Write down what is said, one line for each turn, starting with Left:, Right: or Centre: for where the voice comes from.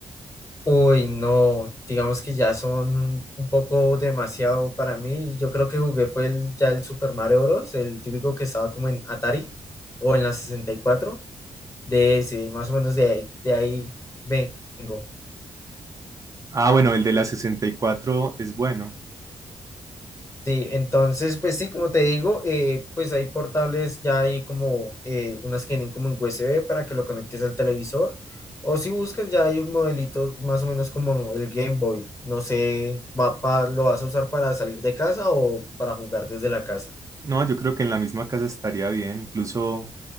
Left: Uy, no, digamos que ya son un poco demasiado para mí. Yo creo que jugué fue el, ya el Super Mario Bros., el típico que estaba como en Atari o en la 64, de ese, más o menos de, de ahí vengo.
Right: Ah, bueno, el de la 64 es bueno.
Left: Sí, entonces, pues sí, como te digo, eh, pues hay portables, ya hay como eh, unas que vienen como en USB para que lo conectes al televisor, o si buscas ya hay modelitos más o menos como el Game Boy, no sé, va pa- ¿lo vas a usar para salir de casa o para jugar desde la casa?
Right: No, yo creo que en la misma casa estaría bien. Incluso,